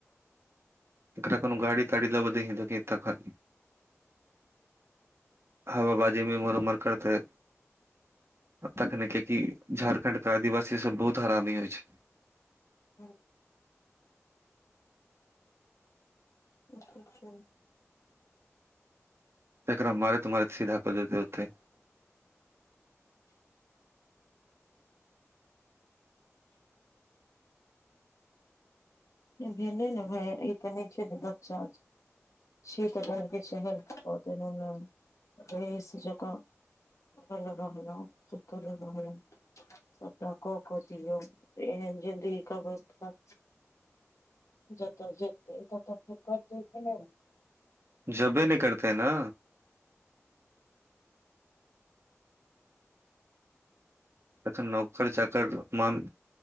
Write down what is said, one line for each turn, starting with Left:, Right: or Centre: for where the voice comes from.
Right: तरा कोनो गाड़ी ताड़ी लब दै हे तत खा हबा बाजीमे उमर उमर करते तखने कियकि झारखंड के आदिवासी सभ बहुत हरामी होइ छै
Left: ह अच्छा अच्छा।
Right: पकरा मारैतऽ मारैत सीधा कर देते आते
Left: भेलै ने भाय ई त नहि छै जे बच्चा छियै तऽ बड़के शहर <unintelligible> रहिस जंका <unintelligible> सबटा कऽ कऽ दियौ एहन ज़िन्दगी के अवस्था छै जतऽ जेतै ततऽ फेर करतै की नै
Right: जबे नहि करतेै न तखन नौकर चाकर माम